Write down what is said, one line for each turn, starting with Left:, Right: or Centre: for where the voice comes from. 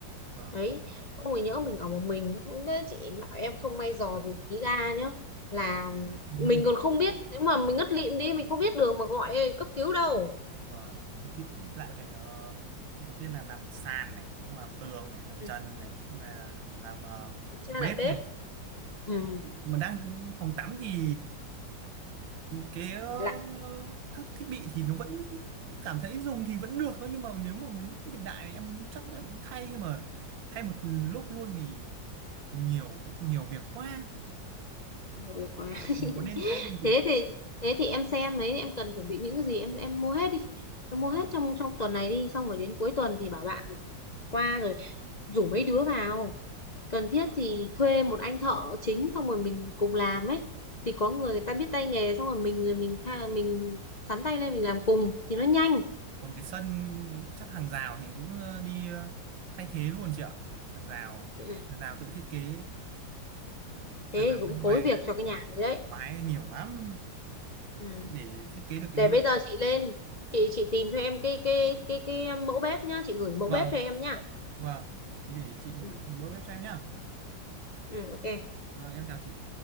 Right: vâng,
Left: đấy
Right: phòng
Left: không thì nhỡ mình ở một mình không đấy chị bảo em không may dò gì ký ga nhá là
Right: nguy
Left: mình
Right: hiểm.
Left: còn không biết nếu mà mình ngất lịm đi mình không biết đường mà gọi cấp cứu đâu
Right: Vâng, thì thiết lại phải ờ, đầu tiên là làm sàn này, không làm tường này, làm
Left: Ừ.
Right: trần này, không là làm ờ,
Left: kiểm tra
Right: phòng bếp
Left: lại bếp
Right: này.
Left: Ừ.
Right: Mà đang phòng tắm thì cái ờ,
Left: lại
Right: các thiết bị thì nó vẫn cảm thấy dùng thì vẫn được thôi nhưng mà nếu mà muốn hiện đại thì em chắc em cũng thay nhưng mà thay một lúc luôn thì nhiều cũng nhiều việc quá
Left: nhiều việc quá <laughs>
Right: Ừ, có nên thay không chị
Left: thế
Right: nhỉ
Left: thì thế thì em xem đấy em cần chuẩn bị những cái gì em em mua hết đi em
Right: vâng
Left: mua hết trong trong tuần này đi xong rồi đến cuối tuần thì bảo bạn qua rồi rủ mấy đứa vào cần thiết
Right: vâng
Left: thì thuê một anh thợ chính xong rồi mình cùng làm ấy thì có người người ta biết tay nghề xong rồi mình rồi mình tha, mình sắn tay lên mình làm cùng thì nó nhanh
Right: còn cái sân cái- chắc hàng rào thì cũng ờ, đi ờ, thay thế luôn chị ạ hàng rào
Left: ừ.
Right: hàng rào tự thiết kế
Left: thế
Right: hàng rào
Left: thì cũng
Right: bên
Left: khối
Right: ngoài
Left: việc cho cái nhà đấy đấy
Right: vãi nhiều lắm
Left: ừ.
Right: để thiết kế được cái
Left: để bây giờ chị lên chị chị tìm cho em cái cái cái cái mẫu bếp nhá chị gửi mẫu
Right: vâng
Left: bếp cho em nhá
Right: vâng thế để chị
Left: ừ.
Right: gửi bữa bếp cho em nhá
Left: Ừ, ok
Right: vâng em chào chị